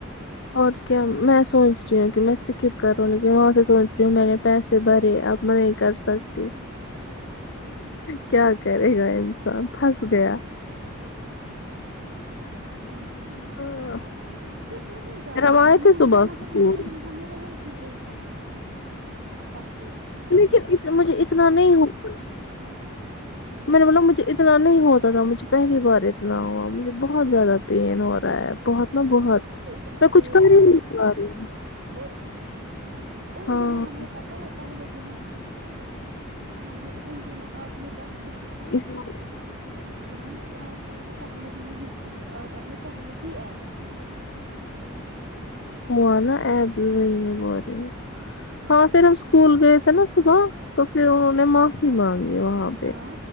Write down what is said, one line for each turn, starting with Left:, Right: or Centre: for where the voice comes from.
Left: اور کیا میں سوچ رہی ہوں کہ میں سکپ کر رہوں لیکن وہاں سے سوچ رہی ہوں میں نے پیسے بھرے اب میں نہیں کر سکتی کیا کرے گا انسان پھنس گیا
Right: نہیں
Left: پھر
Right: اسکپ نہیں کرنا
Left: ہم آئے
Right: ہے میں
Left: تھے
Right: نے
Left: صبح
Right: یہ
Left: اسکول
Right: مطلب پین ہمیں رہے گی کی ایک ہ اچ
Left: لیکن مجھے اتنا نہیں ہونا پڑ میں نے بولا مجھے اتنا نہیں ہوتا تھا مجھے پہلی بار اتنا ہوا مجھے بہت زیادہ پین ہو رہا ہے بہت نا بہت
Right: آ کو اتنا
Left: میں کچھ
Right: ویٹ
Left: کر ہی
Right: نہیں تھا
Left: پا رہی
Right: اور ان
Left: ہاں
Right: دنوں ہم نے پتا ہے پہلے د دنوں ہم نے ان دنوں اپنے بس
Left: اسشمے
Right: نگ ایپس آپ نے پہلے ہی نہیں کیے آج آپ نے پہل ہی ایپس کہ
Left: ہوا نا ایب وہی میں بول رہی ہوں ہاں پھر ہم اسکول گئے تھے نا صبح تو پھر انہوں نے معافی مانگی وہاں پہ
Right: ہاں